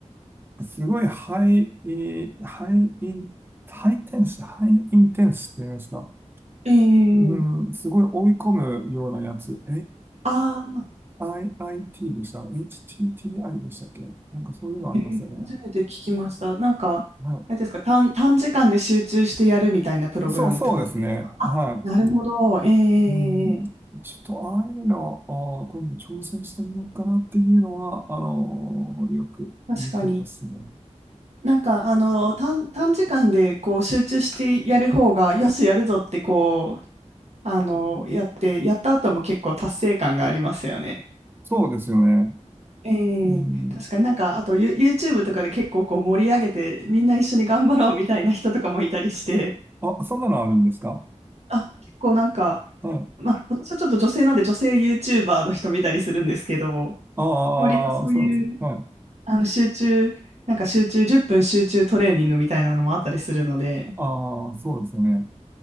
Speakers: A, on the right; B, on the right.
A: すごいハイ、えーハイイン、ハイテンス、ハイインテンスって言いますか
B: え、え
A: うん、
B: え、
A: すごい追い込むようなやつ。
B: ああー、
A: HIIT でした ?HTTI でしたっけなんかそういうのありますよね。
B: ええ初めて聞きました。なんか、
A: はい
B: あれですか、短、短時間で集中してやるみたいなプログラムってことですかあ、
A: そう、そうですね。は
B: なるほど。ええええええ
A: い。うん、ちょっとああいうの、あー今度挑戦してみようかなっていうのは、あのーよく見てますね。
B: 確かに。なんか、あの、短、短時間でこう集中してやる方が、よし、やるぞってこう、あの、やって、やった後も結構達成感がありますよね。
A: そうですよね。
B: ええ確かになんか、
A: うん、
B: あと、ユ、YouTube とかで結構こう盛り上げて、みんな一緒に頑張ろうみたいな人とかもいたりして、
A: あ、そんなのあるんですか
B: あ、結構なんか、
A: はい。
B: まあ、私はちょっと女性なんで女性 YouTuber の人見たりするんですけども、
A: ああ、
B: 割とそういう、
A: そうです。はい。
B: あの、集中、なんか集中、10分集中トレーニングみたいなのもあったりするので、
A: ああ、そうですよね。